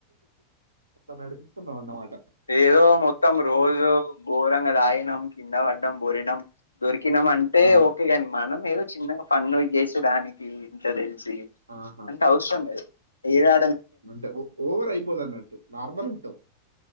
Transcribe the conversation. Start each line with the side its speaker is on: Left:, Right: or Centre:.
Right: అ నడిపిస్తున్నా అన్న మాట
Left: ఏదో మొత్తం రోజు ఘోరంగా తాగినం కింద పడ్డం బొరినం దొరికి కినం అంటే
Right: ఆ!
Left: ఓకేగాని మనం ఏదో చిన్నగా ఫన్ను య్యేసుడానికి ఇంతదిలి
Right: ఆహా!
Left: అంటే అవసరం అది ఏద
Right: అంటే ఓవర్ అయిపోదు అన్నట్టు నార్మల్ ఉంటావు